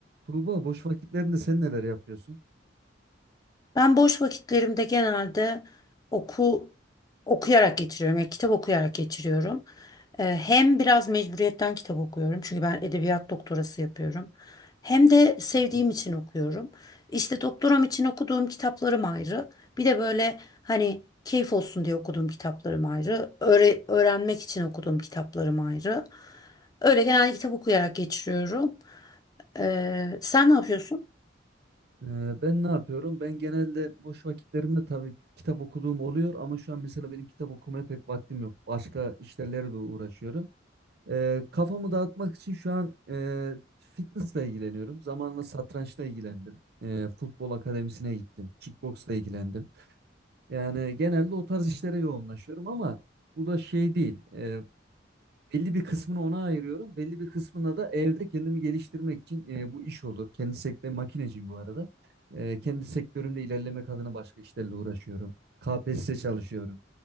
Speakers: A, on the right; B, on the left.
A: Tuğba boş vakitlerinde sen neler yapıyorsun?
B: Ben boş vakitlerimde genelde oku okuyarak geçiriyorum. Yani kitap okuyarak geçiriyorum. Ee, hem biraz mecburiyetten kitap okuyorum. Çünkü ben edebiyat doktorası yapıyorum. Hem de sevdiğim
A: Çok
B: için
A: güzel.
B: okuyorum. İşte doktoram için okuduğum kitaplarım ayrı. Bir de böyle hani keyif olsun diye okuduğum kitaplarım ayrı. Öğre- öğrenmek için okuduğum kitaplarım ayrı. Öyle genelde kitap okuyarak geçiriyorum. Ee, sen ne yapıyorsun?
A: Ee, ben ne yapıyorum? Ben genelde boş vakitlerimde tabii kitap okuduğum oluyor ama şu an mesela benim kitap okumaya pek vaktim yok. Başka işlerle de uğraşıyorum. Ee, kafamı dağıtmak için şu an e, fitnessle ilgileniyorum. Zamanla satrançla ilgilendim. Ee, futbol akademisine gittim. Kickboxla ilgilendim. Yani genelde o tarz işlere yoğunlaşıyorum ama bu da şey değil. Ee, Belli bir kısmını ona ayırıyorum. Belli bir kısmına da evde kendimi geliştirmek için e, bu iş olur. Kendi sektörüm makineciyim bu arada. E, kendi sektörümde ilerlemek adına başka işlerle uğraşıyorum. KPSS çalışıyorum.